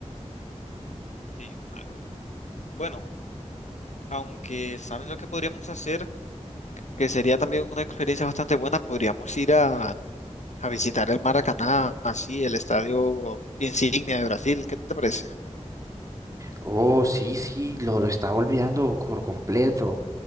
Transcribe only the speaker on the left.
Sí, claro, bro. Bueno, aunque sabes lo que podríamos hacer, Que sería también una experiencia bastante buena, podríamos ir a, a visitar el Maracaná, así, el estadio insignia de Brasil, ¿qué te parece?